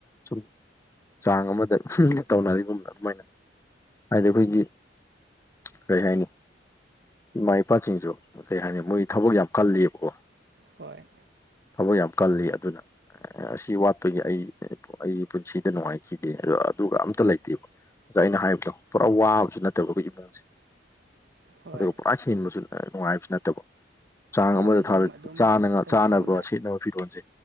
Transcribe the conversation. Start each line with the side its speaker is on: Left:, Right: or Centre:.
Left: ꯁꯨꯝ ꯆꯥꯡ ꯑꯃꯗ ꯃꯤꯅ ꯇꯧꯅꯔꯤꯕ ꯑꯗꯨꯃꯥꯏꯅ ꯍꯥꯏꯗꯤ ꯑꯩꯈꯣꯏꯒꯤ ꯀꯔꯤ ꯍꯥꯏꯅꯤ ꯏꯃꯥ ꯏꯄꯥꯁꯤꯡꯁꯨ ꯀꯩ ꯍꯥꯏꯅꯤ ꯃꯣꯏ ꯊꯕꯛ ꯌꯥꯝ ꯀꯜꯂꯤꯕꯀꯣ
Right: ꯍꯣꯏ
Left: ꯊꯕꯛ ꯌꯥꯝ ꯀꯜꯂꯤ ꯑꯗꯨꯅ ꯑꯥ ꯑꯁꯤ ꯋꯥꯠꯄꯒꯤ ꯑꯩ ꯑꯩꯒꯤ ꯄꯨꯟꯁꯤꯗꯥ ꯅꯨꯡꯉꯥꯏꯈꯤꯗꯦ ꯑꯗꯣ ꯑꯗꯨꯒꯥ ꯑꯝꯇꯥ ꯂꯩꯇꯦꯕ ꯖꯥꯏ ꯑꯩꯅ ꯍꯥꯏꯕꯗꯣ ꯄꯨꯔꯥ ꯋꯥꯕꯁꯨ ꯅꯠꯇꯦꯕ ꯑꯩꯈꯣꯏꯒꯤ ꯏꯃꯨꯡꯁꯦ
Right: ꯍꯣꯏ
Left: ꯑꯗꯨꯒꯥ ꯄꯨꯔꯥ ꯁꯤꯟꯕꯁꯨ ꯅꯨꯡꯉꯥꯏꯕꯁꯨ ꯅꯠꯇꯕ ꯆꯥꯡ
Right: ꯑꯣ
Left: ꯑꯃꯗ
Right: ꯑꯗꯨꯝ
Left: ꯊꯥꯔꯨꯏꯠ
Right: ꯑꯗꯨꯝ
Left: ꯆꯥꯅꯉꯥꯏ
Right: ꯀꯩꯅꯣꯝꯗ
Left: ꯆꯥꯅꯕ ꯁꯦꯠꯅꯕ ꯐꯤꯔꯣꯜꯖꯦ